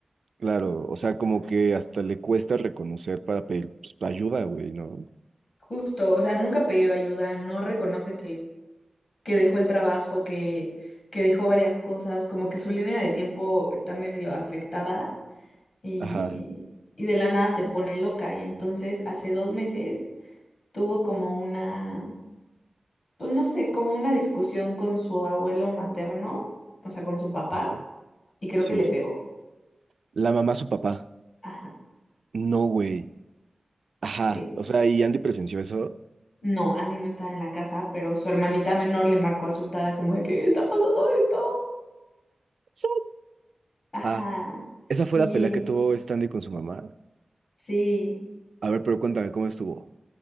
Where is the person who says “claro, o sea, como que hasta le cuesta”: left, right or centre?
Right